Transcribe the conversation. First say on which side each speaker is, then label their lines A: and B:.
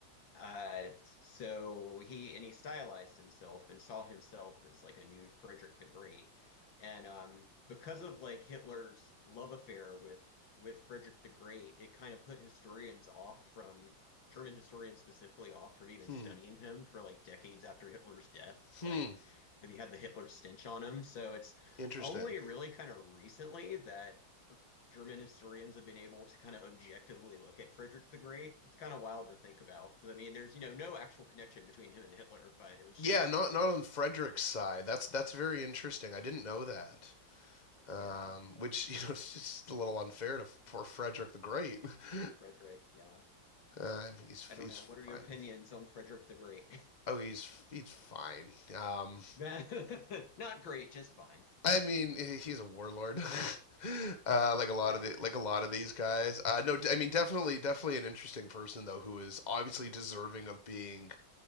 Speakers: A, on the left; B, on the left.
A: uh, so he and he stylized himself and saw himself as like a new Frederick the Great. And um, because of like Hitler's love affair with with Frederick the Great, it kind of put historians off from German historians specifically off from even
B: Hmm.
A: studying him for like decades after Hitler's death,
B: Hmm.
A: like because he had the Hitler stench on him. So it's
B: Interesting.
A: only really kind of recently that German historians have been able to kind of objectively look at Frederick the Great. It's kind of wild to think about because I mean, there's, you know, no actual connection between him and Hitler, but it was
B: Yeah,
A: just,
B: not not on Frederick's side. That's that's very interesting. I didn't know that. Um,
A: yeah,
B: which <laughs> you know, it's just a little unfair to poor Frederick the Great. <laughs>
A: or Frederick. Yeah.
B: Um, he's
A: I
B: he's
A: don't know.
B: fine.
A: What are your opinions on Frederick the Great?
B: Oh, he's he's fine. Um,
A: <laughs> Not great, just fine.
B: I mean, he's a warlord, <laughs> uh, like a lot
A: Yeah.
B: of the like a lot of these guys. Uh, no, I mean, definitely, definitely an interesting person though, who is obviously deserving of being,